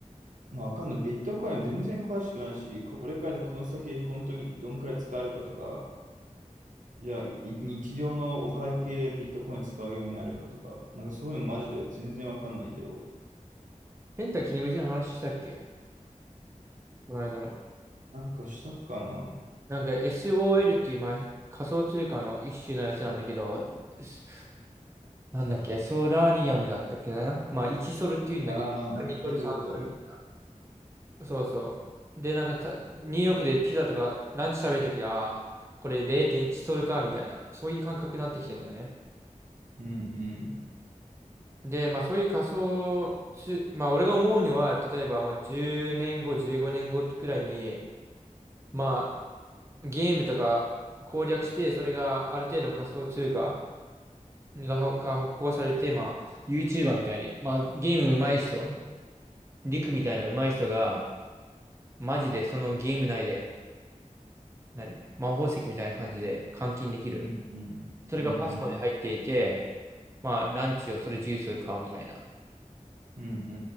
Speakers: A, on the right; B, on the right.
A: まあ、わかんない。ビットコイン全然詳しくないし、これからこの先本当にどんくらい使えるかとか、じゃあい日常のお会計でビットコイン使うようになるかとか、なんかそういうのマジで全然わかんないけど、
B: ペンタキリムジの話したっけこの間の。
A: なんかしたかな。
B: なんか SOL っていう、まあ、仮想通貨の一種のやつなんだけど、すなんだっけ、ソラリアムだったっけな。まあ、1ソルっていうんだけど、
A: ああー、なんか聞いたことある。
B: 2ソル、3ソルみたいな。そうそう。で、なんかたニューヨークでピザとかランチ食べるとき、ああ、これ0.1ソルか、みたいな、そういう感覚になってきてんだよね。
A: うんうん。
B: で、まあ、そういう仮想通、まあ、俺が思うには、例えば、まあ、10年後、15年後くらいに、まあ、ゲームとか攻略して、それがある程度の仮想通貨、が、はが発行されて、まあ、YouTuber みたいに、まあ、ゲーム上手い人、リクみたいな上手い人が、マジでそのゲーム内で、何、魔法石みたいな感じで換金できる。
A: うんうん。
B: それがパスモに入っていて、
A: うんうん。
B: まあ、ランチをそれジュースを買うみたいな。
A: うんうんう